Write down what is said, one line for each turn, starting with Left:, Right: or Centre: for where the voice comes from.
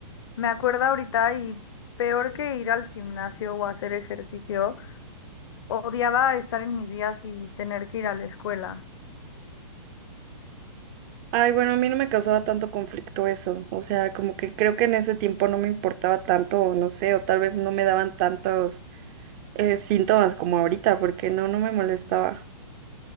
Left: me acuerdo ahorita y peor que ir al gimnasio o hacer ejercicio, odiaba estar en mis días y tener que ir a la escuela.
Right: Ay, bueno, a mí no me causaba tanto conflicto eso, o sea, como que creo que en ese tiempo no me importaba tanto, o no sé, o tal vez no me daban tantos eh, síntomas como ahorita, porque no, no me molestaba.